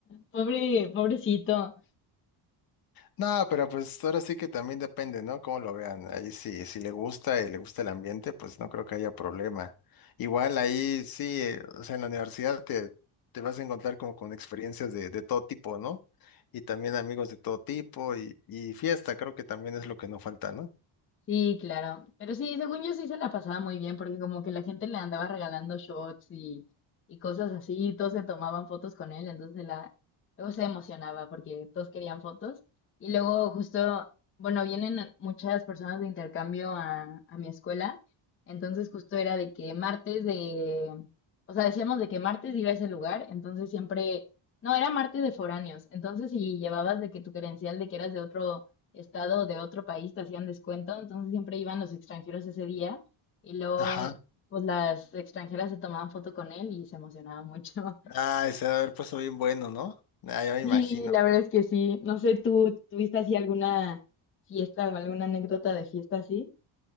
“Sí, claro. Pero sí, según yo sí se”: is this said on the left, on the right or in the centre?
Left